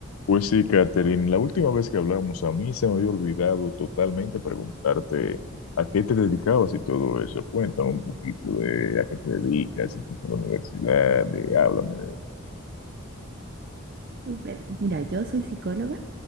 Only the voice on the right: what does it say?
Súper. Mira, yo soy psicóloga,